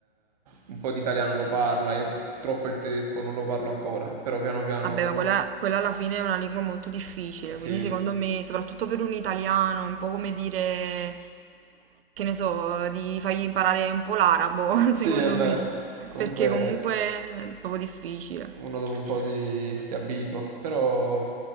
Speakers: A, on the right (about 40°); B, on the right (about 70°).
A: un po' di italiano lo parla, io purtroppo il tedesco non lo parlo ancora, però piano piano
B: Vabbè,
A: uno,
B: ma quella, quella alla fine è una lingua molto difficile,
A: eh, sì.
B: quindi secondo me, soprattutto per un italiano, è un po' come dire, che ne so, di fargli imparare un po' l'arabo, <laughs>
A: Sì,
B: secondo
A: è vero.
B: me,
A: Comunque
B: perché comunque è proprio difficile.
A: uno dopo un po' si, si abitua. Però